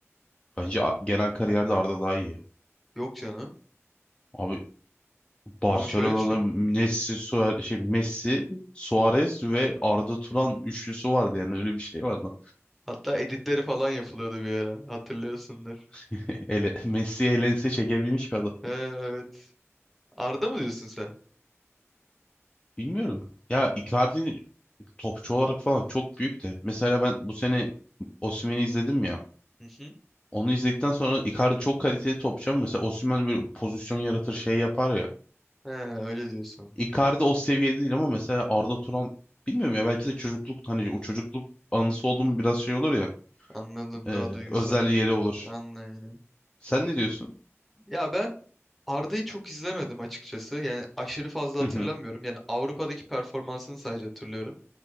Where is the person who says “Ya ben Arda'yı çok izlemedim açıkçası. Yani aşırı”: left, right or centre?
Centre